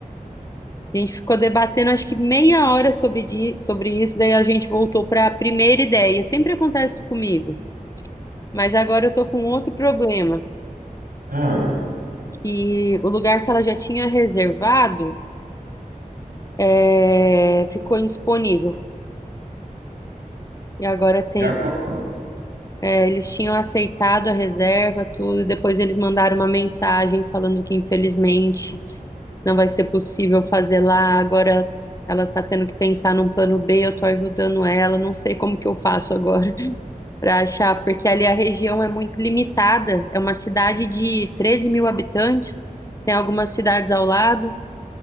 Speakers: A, on the left; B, on the right.
A: A gente ficou debatendo acho que meia hora sobre, di- sobre isso, daí a gente voltou para a primeira ideia. Sempre acontece isso comigo, mas agora eu tô com outro problema.
B: Ah,
A: que o lugar que ela já tinha reservado é, ficou indisponível. E agora tem,
B: e agora?
A: é, eles tinham aceitado a reserva, tudo, e depois eles mandaram uma mensagem falando que infelizmente não vai ser possível fazer lá. Agora ela tá tendo que pensar num plano B, eu tô ajudando ela, não sei como que eu faço agora <laughs> para achar, porque ali a região é muito limitada, é uma cidade de 13 mil habitantes, tem algumas cidades ao lado.